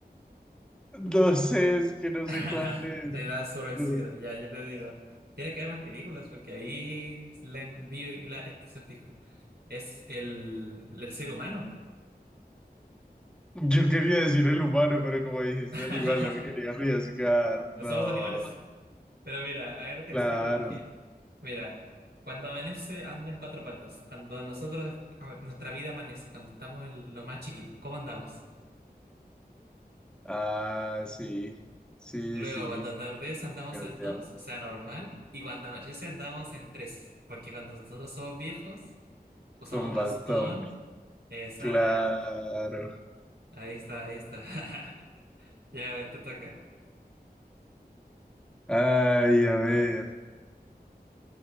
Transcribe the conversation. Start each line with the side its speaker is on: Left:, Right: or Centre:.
Centre: No sé, es que no sé
Right: <laughs>
Centre: cuál es.
Right: Te das por vencido,
Centre: No,
Right: ya, yo te digo. Tiene que haber más películas porque ahí la vi la- este acertijo. Es el, el ser humano.
Centre: Yo quería decir el humano, pero como dijiste
Right: <laughs>
Centre: animal, no me quería arriesgar. No,
Right: Somos animales. Pero mira, a ver te
Centre: claro.
Right: explico por qué. Mira, cuando amanece anda en cuatro patas. Cuando nosotros, a ver, nuestra vida amanece, cuando estamos en lo más chiquito, ¿cómo andamos?
Centre: Ah, sí. Sí,
Right: Luego,
Centre: sí.
Right: cuando atardece andamos
Centre: Gatear
Right: en dos, o sea, normal. Y cuando anochece andamos en tres, porque cuando nosotros somos viejos, usamos
Centre: con bastón.
Right: bastón. Exacto.
Centre: Claro.
Right: Ahí está, ahí está. <laughs> Ya, a ver, te toca. <laughs>
Centre: Ay, a ver.